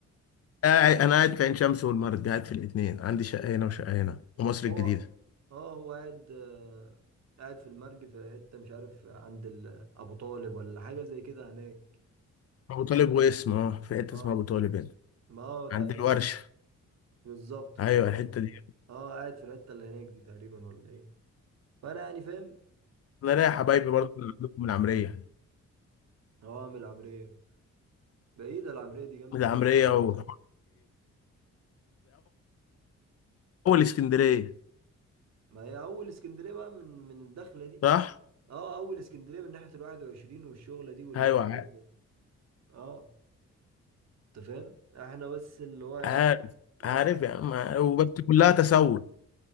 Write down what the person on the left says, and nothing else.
قاعد انا قاعد في عين شمس والمرج قاعد في الاثنين عندي شقة هنا وشقة هنا ومصر
الجديدة
ابو طالب واسم اه في حته
اسمها
ابو طالب
هنا
عند الورشه
ايوه
الحته دي
انا ليا حبايبي برضه اللي عندكم من العمريه
من العمريه
ومن اول اسكندريه
صح
ايوه
عارف
عارف
عارف يا عم وبس كلها تسول